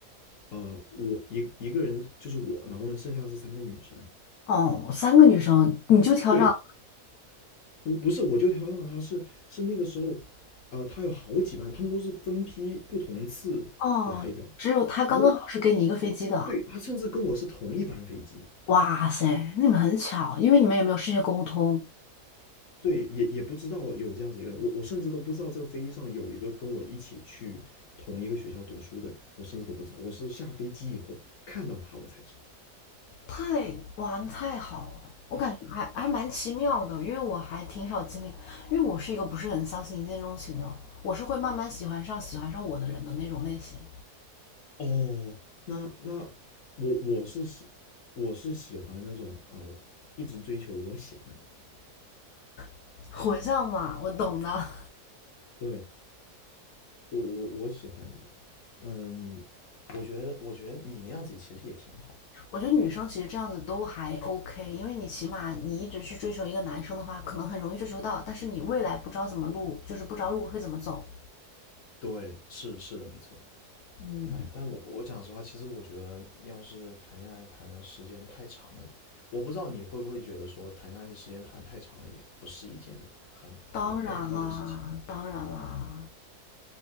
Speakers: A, on the left (about 55°); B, on the left (about 70°).
A: 呃，我一一个人就是我，然后呢，剩下是三个女生。
B: 哦，三个女生你就挑上。
A: 对，不不是，我就挑上了她是是那个时候，啊、她有好几班，她们都是分批不同次来的。
B: 哦，只有他刚刚好是给你一个飞机的。
A: 然后对，她甚至跟我是同一班飞机。
B: 哇塞，那你们很巧，因为你们也没有事先沟通。
A: 对，也也不知道有这样子一个人，我我甚至都不知道这个飞机上有一个跟我一起去同一个学校读书的人，我甚至都不知道，我是下飞机以后看到他我才知道。
B: 太，哇，那太好了，我感觉还还蛮奇妙的，因为我还挺少经历，因为我是一个不是很相信一见钟情的，我是会慢慢喜欢上喜欢上我的人的那种类型。
A: 哦，那那我我是喜我是喜欢那种呃，一直追求我喜欢的人。
B: <laughs> 火象嘛，我懂的。
A: 对，我我我喜欢的人，嗯，我觉得我觉得你那样子其实也挺好。
B: <laughs> 我觉得女生其实这样子都还 OK，因为你起码你一直去追求一个男生的话，可能很容易追求到，但是你未来不知道怎么路，就是不知道路会怎么走。
A: 对，是是的，没错。
B: 嗯，
A: 哎，但我我讲实话，其实我觉得要是谈恋爱谈的时间太长了，我不知道你会不会觉得说谈恋爱的时间谈得太长了，也不是一件很很
B: 当然啦，
A: OK 的事情。
B: 当然啦。